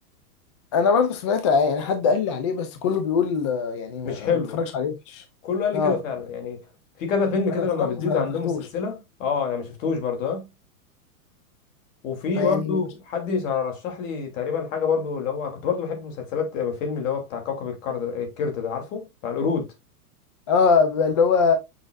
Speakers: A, on the left; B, on the left.
A: انا برضه سمعت ع- يعني حد قال لي عليه بس كله بيقول آه، يعني ما,
B: مش حلو
A: ما تتفرجش عليه وحش
B: كله قال لي
A: اه
B: كده فعلا يعني في كذا فيلم
A: فانا
B: كده
A: الصراحه
B: لما بتزيد
A: ما
B: عندهم
A: فتحتوش
B: السلسلة اه انا ما شفتوش برضه ها وفي
A: فيعني
B: برضه
A: مش-
B: حد رشح لي تقريبا حاجة برضه اللي هو كنت برضه بحب مسلسلات آه، فيلم اللي هو بتاع كوكب الكرد آه، الكرد ده عارفه بتاع القرود
A: اه ب- اللي هو